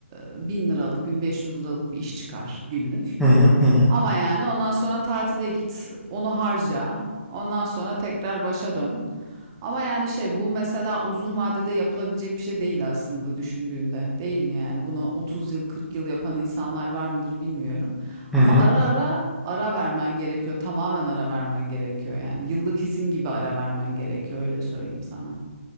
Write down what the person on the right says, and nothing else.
e, 1000 liralık, 1500 liralık bir iş çıkar günlük.
Ama yani ondan sonra tatile git, onu harca. Ondan sonra tekrar başa dön. Ama yani şey bu mesela uzun vadede yapılabilecek bir şey değil aslında düşündüğünde. Değil mi yani? Bunu 30 yıl, 40 yıl yapan insanlar var mıdır bilmiyorum.
Ama
ara ara ara vermen gerekiyor. Tamamen ara vermen gerekiyor yani. Yıllık izin gibi ara vermen gerekiyor öyle söyleyeyim sana.